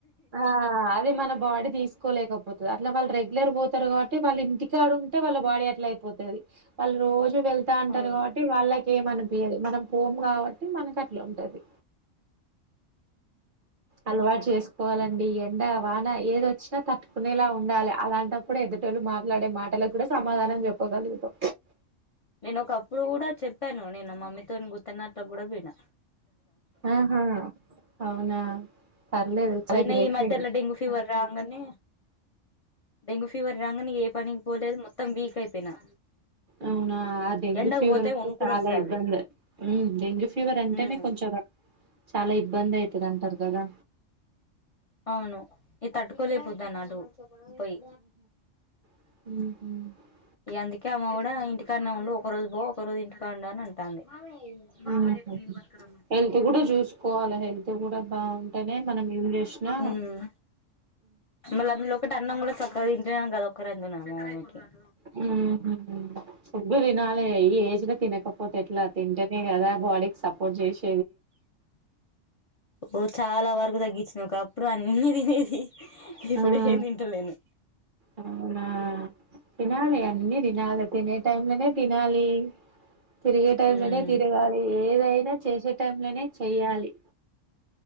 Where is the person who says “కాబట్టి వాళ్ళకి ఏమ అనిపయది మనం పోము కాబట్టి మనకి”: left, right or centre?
Right